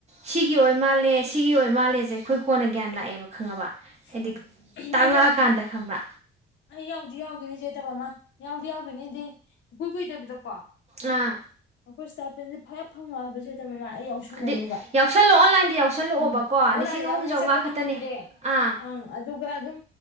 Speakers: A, on the right; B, on the left.
A: ꯁꯤꯒꯤ ꯑꯣꯏ ꯃꯥꯜꯂꯦ ꯁꯤꯒꯤ ꯑꯣꯏ ꯃꯥꯜꯂꯦꯁꯦ ꯑꯩꯈꯣꯏ ꯀꯣꯟꯅ ꯒ꯭ꯌꯥꯟ ꯂꯥꯛꯑꯦꯕ ꯈꯪꯉꯕ ꯍꯥꯏꯗꯤ
B: ꯎꯝ ꯎꯝ
A: ꯇꯥꯛꯂꯛꯑꯀꯥꯟꯗ
B: ꯑꯗꯣ
A: ꯈꯪꯕ꯭ꯔꯥ
B: ꯑꯩ ꯌꯥꯎꯗꯤ ꯌꯥꯎꯈꯤꯣꯏꯅꯤ ꯆꯦꯠꯇꯕ ꯑꯃ ꯌꯥꯎꯗꯤ ꯌꯥꯎꯈꯤꯅꯤꯗꯤ ꯏꯀꯨꯏ ꯀꯨꯏꯗꯕꯤꯗꯀꯣ
A: ꯑꯥ
B: ꯑꯩꯈꯣꯏ ꯏꯁ꯭ꯇꯥꯐꯄꯦꯟꯁꯦ ꯐꯔ ꯐꯪꯉꯕꯕꯁꯤꯦ ꯑꯗꯨꯝ ꯑꯩ ꯌꯥꯎꯁꯜꯂꯅꯦꯕ
A: ꯑꯗꯩ ꯌꯥꯎꯁꯜꯂꯣ ꯑꯣꯟꯂꯥꯏꯟꯗ ꯌꯥꯎꯁꯜꯂꯛꯑꯣꯕꯀꯣ
B: ꯎꯝ ꯑꯣꯟꯂꯥꯏꯟꯗ
A: ꯂꯤꯁꯤꯡ ꯑꯍꯨꯝ
B: ꯌꯥꯎꯅ ꯑꯩ
A: ꯆꯥꯝꯃꯉꯥ
B: ꯆꯠꯄꯗꯤ
A: ꯈꯛꯇꯅꯦ
B: ꯉꯝꯗꯦ
A: ꯑꯥ
B: ꯑꯪ ꯑꯗꯨꯒ ꯑꯗꯨꯝ